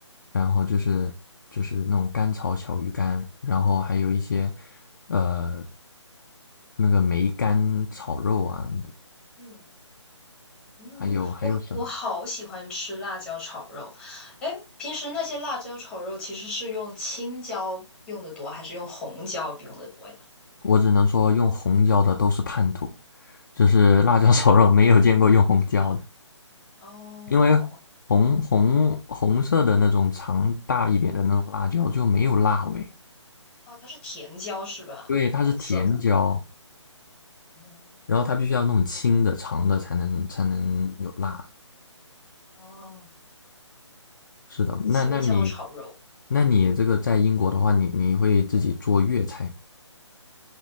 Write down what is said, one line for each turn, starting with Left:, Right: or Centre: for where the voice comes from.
Left: 然后就是就是那种干炒小鱼干，然后还有一些呃那个梅干炒肉啊，
Centre: 嗯。嗯，
Left: 还有还有什么？
Centre: 我我好喜欢吃辣椒炒肉。哎，平时那些辣椒炒肉其实是用青椒用的多，还是用红椒用的多呀？
Left: 我只能说用红椒的都是叛徒，就是辣椒炒肉没有见过用红椒的，
Centre: 为什么？哦，
Left: 因为红红红色的那种长大一点的那种辣椒就没有辣味。
Centre: 哦，它是甜椒是吧？
Left: 对，它是甜椒，
Centre: 红色的。嗯，
Left: 然后它必须要弄青的、长的才能才能有辣。
Centre: 哦，
Left: 是的，
Centre: 青椒炒肉。
Left: 那那你那你这个在英国的话，你你会自己做粤菜吗？